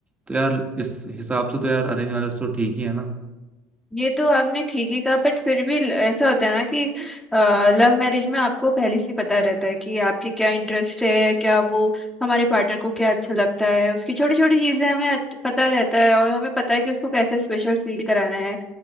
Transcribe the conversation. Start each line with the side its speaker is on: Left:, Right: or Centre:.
Right: तो यार इस हिसाब से तो यार अरेंज मैरिज तो ठीक ही है
Centre: ये तो आपने ठीक ही कहा बट फिर भी ल- ऐसा होता है ना कि लव मैरिज में आपको पहले से ही पता रहता है कि आपके क्या इंटरेस्ट है क्या वो हमारे पार्टनर को क्या अच्छा लगता है उसकी छोटी छोटी चीजें हमें अच्छ- पता रहता है और हमें पता है कि उसको कैसे स्पेशल फील कराना है